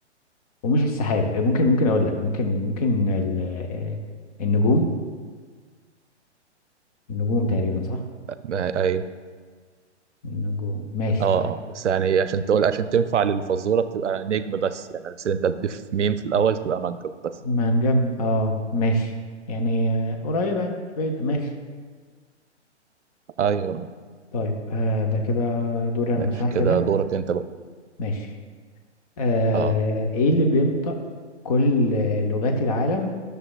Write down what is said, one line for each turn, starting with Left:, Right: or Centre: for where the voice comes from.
Left: ومش السحاب ممكن ممكن أقول لك ممكن ممكن ال- النجوم النجوم تقريبا صح
Right: ما- ايوه
Left: النجوم ماشي
Right: اه
Left: صح
Right: اه بس يعني عشان تقول عشان تنفع للفزوره بتبقى نجم بس يعني بس انت تضيف ميم في الاول تبقى منجم بس
Left: ما نجم اه ماشي يعني آه، قريبة مش بعيدة ماشي
Right: ايوه
Left: طيب آه، ده كده دور أنا
Right: ماشي
Left: صح
Right: كده
Left: كده
Right: دورك انت بقى
Left: ماشي آه،
Right: اه
Left: إيه اللي بينطق كل لغات العالم